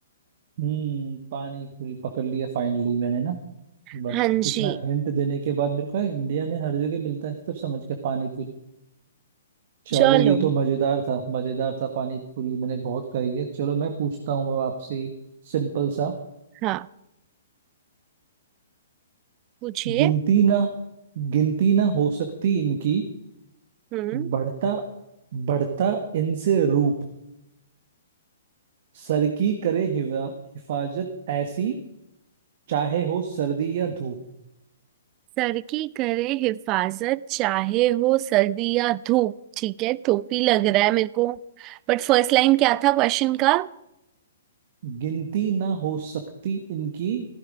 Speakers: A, on the right; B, on the right.
A: हम्म पानी पूरी पकड़ लिया फाइनली मैंने ना बट
B: हाँ
A: इतना
B: जी
A: हिंट देने के बाद मेरे को इंडिया में हर जगह मिलता है सब समझ गया पानी पूरी चलो
B: चलो
A: ये तो मजेदार था मजेदार था पानी पूरी मैंने बहुत खाई है चलो मैं पूछता हूँ अब आपसे एक सिंपल सा
B: हाँ पूछिए
A: गिनती ना गिनती ना हो सकती इनकी
B: हम्म
A: बढ़ता बढ़ता इनसे रूप सर की करे हिवा- हिफाजत ऐसी चाहे हो सर्दी या धूप
B: सर की करे हिफाजत चाहे हो सर्दी या धूप ठीक है टोपी लग रहा है मेरे को बट फर्स्ट लाइन क्या था क्वेश्चन का
A: गिनती ना हो सकती इनकी